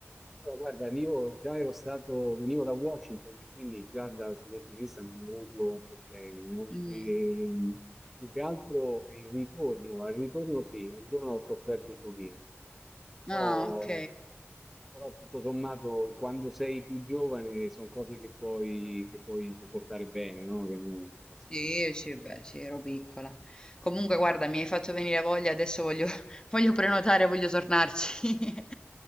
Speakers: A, in the centre; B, on the left (about 20°).
A: Allora, guarda, io già ero stato, venivo da Washington e quindi già da questo punto di vista non ho avuto problemi, no?
B: Mm.
A: E più che altro il ritorno, al ritorno sì, al ritorno ho sofferto un pochino, però,
B: Ah, ok.
A: però tutto sommato quando sei più giovane sono cose che puoi, che puoi sopportare bene, no? Che non è- non si
B: Sì,
A: trova.
B: sì, beh, sì, ero piccola. Comunque, guarda, mi hai fatto venire voglia, adesso voglio, <laughs> voglio prenotare, voglio tornarci.